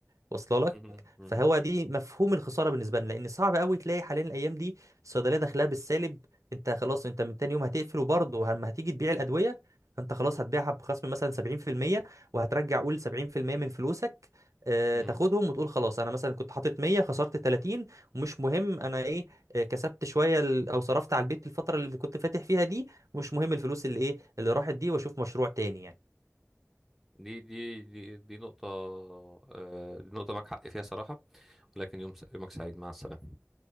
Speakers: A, on the right (about 80°); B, in the centre.
A: واصله
B: امم
A: لك فهو دي مفهوم الخساره بالنسبه لنا لان صعب قوي تلاقي حاليا الايام دي الصيدليه داخلها بالسالب انت خلاص انت من تاني يوم هتقفل وبرضه لما هتيجي تبيع الادويه فانت خلاص هتبيعها بخصم مثلا 70% وهترجع قول 70% من فلوسك آه،
B: امم
A: تاخدهم وتقول خلاص انا مثلا كنت حاطط 100 خسرت 30 ومش مهم انا ايه آه، كسبت شويه ال- او صرفت على البيت الفتره اللي كنت فاتح فيها دي ومش مهم الفلوس اللي ايه اللي راحت دي واشوف مشروع تاني يعني
B: دي دي دي دي نقطة آه، دي نقطة معك حق فيها صراحة ولكن يوم س- يومك سعيد مع السلامة